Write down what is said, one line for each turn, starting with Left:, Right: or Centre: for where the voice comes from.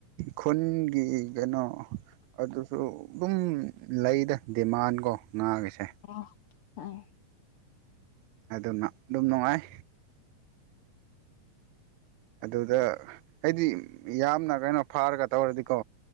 Right: ꯈꯨꯟꯒꯤ ꯀꯩꯅꯣ ꯑꯗꯨꯁꯨ ꯑꯗꯨꯝ ꯂꯩꯗ ꯗꯤꯃꯥꯟ ꯀꯣ ꯉꯥꯒꯤꯁꯦ
Left: ꯑꯣ ꯎꯝ
Right: ꯑꯗꯨꯅ ꯑꯗꯨꯝ ꯅꯨꯡꯉꯥꯏ
Left: <inaudible>
Right: ꯑꯗꯨꯗ ꯑꯩꯗꯤ ꯌꯥꯝꯅ ꯀꯩꯅꯣ ꯐꯥꯔꯒ ꯇꯧꯔꯗꯤꯀꯣ